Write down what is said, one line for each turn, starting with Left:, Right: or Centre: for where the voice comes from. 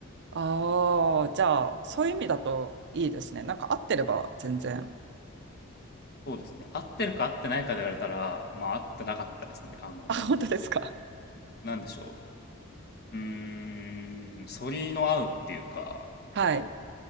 Right: ああ、じゃあ、そういう意味だといいですね。なんか合ってれば全然。
Left: そうですね。合ってるか合ってないかで言われたら、まあ合ってなかったですね。あの、
Right: あ、本当ですか。
Left: なんでしょう。うーん、反りの合うっていうか、
Right: はい。